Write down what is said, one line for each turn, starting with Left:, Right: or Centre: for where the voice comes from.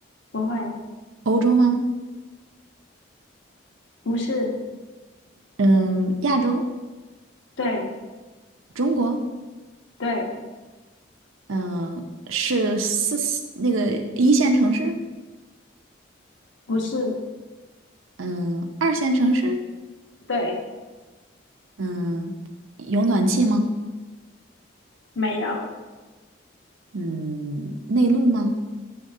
Left: 不会。
Right: 欧洲吗？
Left: 不是，
Right: 嗯，亚洲，
Left: 对
Right: 中国，
Left: 对，
Right: 嗯，是四四那个一线城市，
Left: 不是，
Right: 嗯，二线城市，
Left: 对，
Right: 嗯，有暖气吗？
Left: 没有，
Right: 嗯，内陆吗？